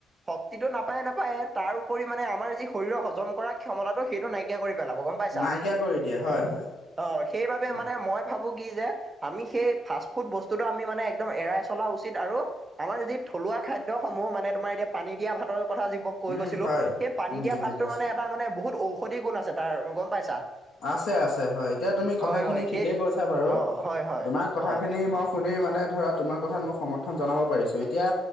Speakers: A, on the right; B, on the left.
A: শক্তিটো নাপায়ে নাপায়ে তাৰ উপৰি মানে আমাৰ যি শৰীৰৰ হজম কৰা ক্ষমতাটো সেইটো নাইকিয়া কৰি পেলাব গম পাইছা।
B: নাইকিয়া কৰি দিয়ে হয়, হয়,
A: অ' সেইবাবে
B: উম,
A: মানে মই ভাবো কি যে আমি সেই ফাষ্ট ফুড বস্তুটো আমি মানে একদম এৰাই চলা উচিত আৰু আমাৰ যি থলুৱা খাদ্যসমূহ মানে তোমাৰ এতিয়া পানী দিয়া ভাতৰ কথা যি কৈ
B: উম,
A: গৈছিলো
B: হয়,
A: সেই পানী
B: উম,
A: দিয়া
B: বুজি
A: ভাতটোৰ
B: পাইছো।
A: মানে এটা মানে বহুত ঔষধি গুণ আছে তাৰ গম পাইছা।
B: আছে, আছে হয় এতিয়া তুমি কথাখিনি
A: হয় হয় সেই
B: ঠিকে কৈছা বাৰু
A: অ হয় হয়
B: তোমাৰ কথাখিনি
A: অ
B: মই শুনি মানে ধৰা তোমাৰ কথাত মই সমৰ্থন জনাব পাৰিছো এতিয়া